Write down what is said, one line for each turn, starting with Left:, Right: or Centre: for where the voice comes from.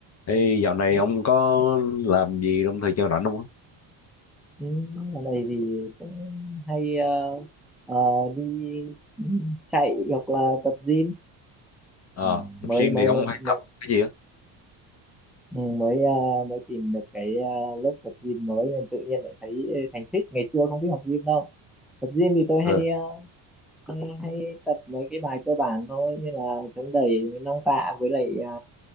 Left: Ê, dạo này
Centre: Đấy.
Left: ông có làm gì trong thời gian rảnh không? á?
Centre: Ừ, Dạo này thì cũng hay ờ, ờ, đi ừ, chạy hoặc là tập gym
Left: Ờ,
Centre: ừ, mới
Left: tập gym
Centre: mới
Left: thì ông
Centre: mới
Left: hay
Centre: mới
Left: tập cái gì á?
Centre: ừ, mới ờ, mới tìm được cái ờ, lớp tập gym mới nên tự nhiên lại thấy thành thích ngày xưa không thích học gym đâu tập gym thì tôi hay
Left: Ừ,
Centre: ờ, hay, hay tập mấy cái bài cơ bản thôi như là chống đẩy với nong tạ với lại ờ,